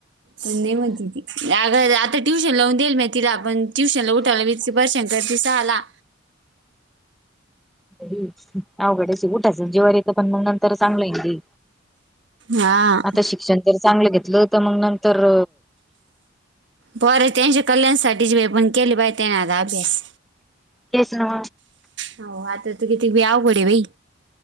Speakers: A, on the right (about 65°); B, in the centre.
A: पण नाही म्हणते ती अग आता ट्यूशन लावून देईल माहि तिला पण ट्युशनला उठायला भ बर शंकर चे सहाला.
B: हम अवघडेच ऊठ त्याच्या जिवारी येत पन नंतर चांगलं
A: हा
B: आता शिक्षण जर चांगलं घेतलं तर मग नंतर
A: पोरं त्यांच्या कल्याणसाठी जे पण केले बाय त्यांणार अभ्यास
B: तेच ना.
A: हो आता तू किती बीवकडे बाई